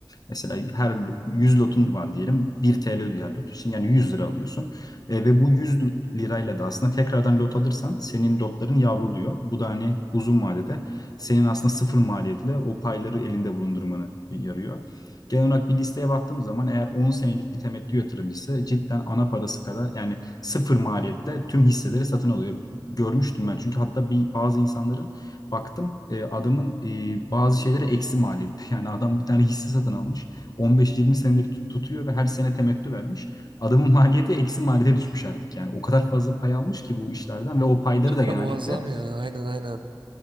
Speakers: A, on the left; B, on the right.
A: Mesela her 100 lotun var diyelim. 1 TL ödüyor her lot için. Yani 100 lira alıyorsun. E, ve bu 100 lirayla da aslında tekrardan lot alırsan senin lotların yavruluyor. Bu da hani uzun vadede senin aslında sıfır maliyetle o payları elinde bulundurmanı yarıyor. Genel olarak bir listeye baktığım zaman eğer 10 senelik bir temettü yatırımcısı cidden ana parası kadar yani sıfır maliyette tüm hisseleri satın alıyor. Görmüştüm ben çünkü hatta bir bazı insanların Baktım e, adamın e, bazı şeyleri eksi maliyette. <laughs> Yani adam bir tane hisse satın almış. 15-20 senedir tut- tutuyor ve her sene temettü vermiş. Adamın <laughs> maliyeti eksi maliyete düşmüş artık yani. O kadar fazla pay almış ki bu işlerden ve o payları da genellikle
B: Ya muazzam ya aynen aynen.